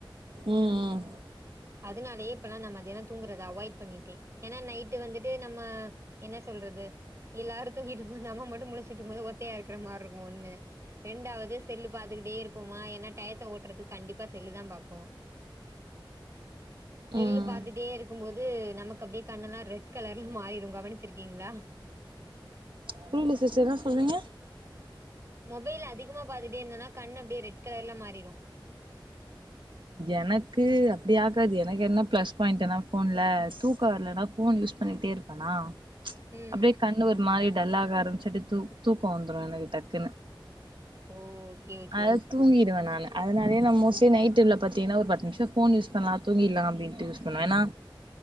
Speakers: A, on the right; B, on the right.
A: ம்
B: அதுனாலயே இப்பல்லா நா மதியனோ தூங்குறத அவாய்ட் பண்ணிட்டே ஏனா நைட்டு வந்துட்டு நம்ம என்ன சொல்றது எல்லாரு தூங்கிட்டு போது நாம மட்டு முலிசிடுருக்கும் போது ஒத்தையா இருக்குற மாருக்கு ஒண்ணு ரெண்டாவது செல்லு பாத்துக்குட்டே இருப்போமா ஏனா டயத்த ஓட்றதுக்கு கண்டிப்பா செல்லுதா பாப்போ செல்லு
A: ம்
B: பாத்துட்டே இருக்கும் போ து நமக்கு அப்டியே கண்ணெல்லா ரெட் கலர்ல மாறிடு கவனிச்சிருக்கீங்களா
A: புரில சிஸ்டர் என்ன சொல்றீங்க
B: மொபைல் அதிகமா பாத்துட்டே இருந்தன்னா கண் அப்டியே ரெட் கலர்ல மாறிடு
A: எனக்கு அப்டியாகாது எனக்கு என்ன பிளஸ் பாயிண்டுனா ஃபோன்ல தூக்க வர்லனா ஃபோன் யூஸ் பண்ணிட்டே இருப்பேனா
B: ம்
A: அப்டியே கண்ணு ஒரு மாரி டல்லா வரு செட்டி தூ தூக்கோ வந்துரோ எனக்கு டக்குன்னு
B: ஓகே ஓகே
A: அது தூங்கிருவே நானு அதனாலயே நா மோஸி நை ட்டுல பாத்தீங்கன்னா ஒரு பத்து நிமிஷொ ஃபோன் யூஸ் பண்லா தூங்கிற்லா அப்டின்ட்டு யூஸ் பண்ணுவே ஏனா